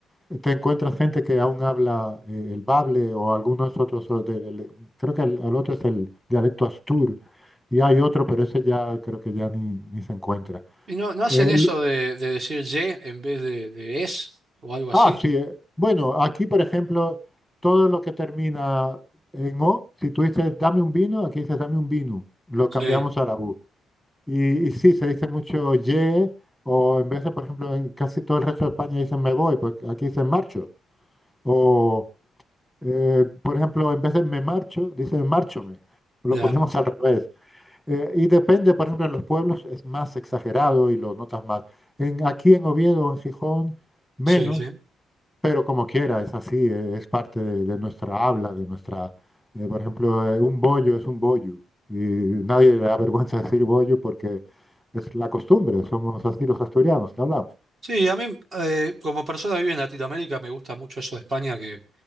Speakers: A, in the centre; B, on the right (about 40°).
A: eh, te encuentras gente que aún habla eh, el bable o algunos otros. o de- del- creo que el, el otro es el dialecto astur y hay otro, pero ese ya creo que ya ni, ni se encuentra.
B: ¿Y no, no hacen
A: Eh,
B: eso de, de decir ye en vez de, de es o algo así?
A: Ah, sí. eh, Bueno, aquí, por ejemplo, todo lo que termina en O, si tú dices dame un vino, aquí dices dame un vino. Lo
B: Sí,
A: cambiamos a la U. Y, y sí, se dice mucho ye, o en vez de, por ejemplo, en casi todo el resto de España dicen me voy, pues aquí dicen marcho. O, eh, por ejemplo, en vez de me marcho, dicen márchome. Lo
B: claro,
A: ponemos al revés. Eh, y depende, por ejemplo, en los pueblos es más exagerado y lo notas más. En, aquí en Oviedo, en Gijón, menos.
B: sí, sí.
A: Pero como quiera, es así, eh, es parte de, de nuestra habla, de nuestra... eh, por ejemplo, eh, un bollo es un bollo y nadie le da vergüenza decir bollo porque es la costumbre, somos así los asturianos que hablamos.
B: Sí, a mí eh, como persona que vive en Latinoamérica me gusta mucho eso de España, que